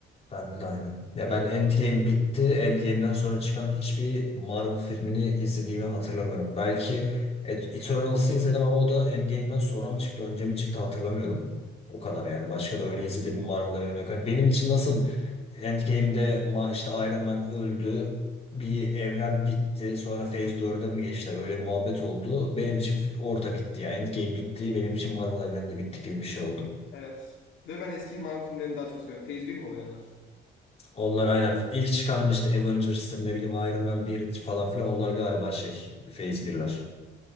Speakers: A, on the left; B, on the left.
A: Bende de aynı. Ya ben Endgame bitti. Endgame'den sonra çıkan hiçbir Marvel filmini izlediğimi hatırlamıyorum. Belki Et- Eternals'ı izledim ama o da Endgame'den sonra mı çıktı, önce mi çıktı hatırlamıyorum. O kadar yani. Başka da öyle
B: Hmm,
A: izlediğim Marvel evreni yok. Hani Benim için nasıl Endgame'de ma- işte Iron Man öldü, bir evren bitti, sonra Phase 4'e mi geçtiler? Öyle muhabbet oldu. Benim için orada bitti ya. Endgame bitti, benim için Marvel evreni de bitti gibi bir şey oldu.
B: evet. Ve ben eski Marvel filmlerini daha çok seviyorum. Phase bir mi oluyor onlar?
A: Onlar aynen. ilk çıkan işte Avengers'tır ne bileyim Iron Man 1 falan filan onlar galiba şey Phase birler.